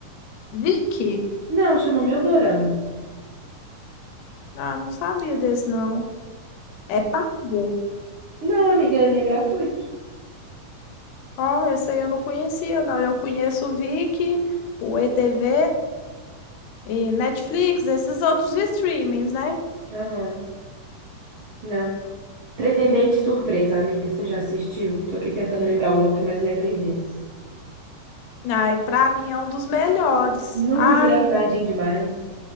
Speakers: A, on the left; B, on the right.
A: Vicky,
B: Não, chama Meu Dorama.
A: ah, não sabia desse não. É pago.
B: Não, amiga, ele é gratuito.
A: Ó, esse aí eu não conhecia, não. Eu conheço o Vicky, o ETV e Netflix, esses outros streamings, né?
B: Aham. Não. Pretendente Surpresa, amiga, você já assistiu? Tô aqui tentando lembrar o outro, mas lembrei desse.
A: Ai, pra mim é um dos melhores.
B: Não,
A: Ai,
B: engraçadinho demais.